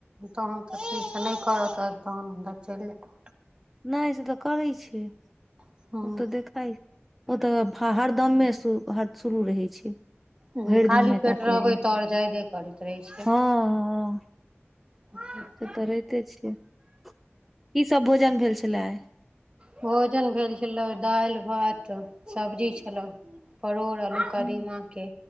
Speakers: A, on the right (about 20°); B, in the centre.
A: तहन तऽ ठीक नय करत तहन तऽ हम बचले रहब
B: नय से तऽ करै छै
A: जायब
B: ओ तऽ देखाइ ओ तऽ हर हरदमे शु हत शुरू रहै छै
A: हुँ
B: भरि
A: खाली
B: दिनमे
A: पेट
B: कए कऽ
A: रहबै
B: बेर
A: तऽ आओर जायदे करैत रहै छै
B: हँ हँ
A: <inaudible>
B: से तऽ रहिते छियै की सब भोजन भेल छले आय
A: भोजन भेल छेलौ दालि भात सब्जी छेलौ परोड़ आलू कदीमा
B: हूं
A: के